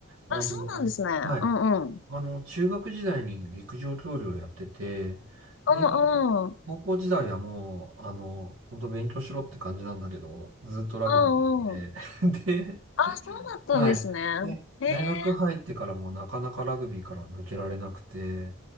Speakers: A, on the right; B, on the left.
A: あの、
B: あ、そうなんですね。
A: はい。
B: うんうん。
A: あの、中学時代に陸上競技をやってて、
B: うんうん。
A: で、高校時代はもう、あの、本当勉強しろって感じなんだけど、ずーっとラグビーやってて、
B: うんうん。
A: <laughs>
B: あ、
A: で、
B: そうだったんですね。
A: はい。で、
B: へえ。
A: 大学入ってからもなかなかラグビーからは抜けられなくて、